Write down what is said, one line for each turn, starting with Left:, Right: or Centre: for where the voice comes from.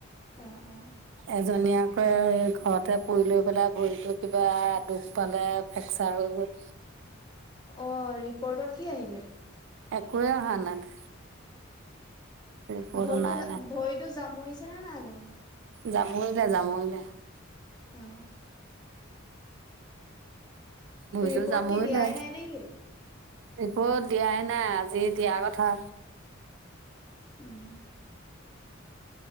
Left: অ অ।
Right: এজনী আকৌ এই ঘৰতে পৰি লৈ পেলাই ভৰিতো কিবা দুখ পালে হেডছাৰ হৈ গ'ল।
Left: অ ৰিপদত কি আহিলে?
Right: একোৱে অহা নাই <unintelligible> তাইৰ ৰিপৰ্ট
Left: ভৰিতো
Right: অনাই
Left: জা ভৰিতো জামুৰিছে নে নাই জামৱা?
Right: যাময়িলে যাময়িলে।
Left: অ।
Right: ভৰিতো
Left: ৰিপৰ্ট
Right: যামৰিলে।
Left: কি দিয়াই নাই নেকি?
Right: ৰিপট দিয়াই নাই আজি দিয়া কথা।
Left: উম।